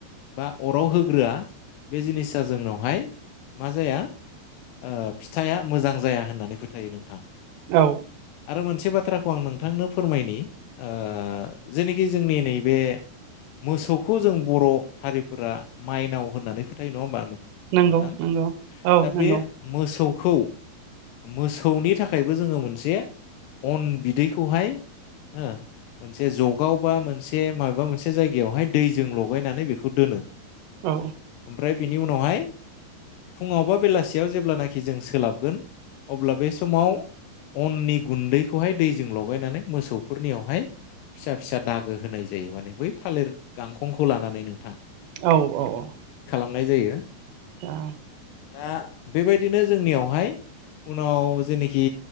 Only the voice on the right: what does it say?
औ
नंगौ
नंगौ औ
नंगौ
औ
औ औ अ
औ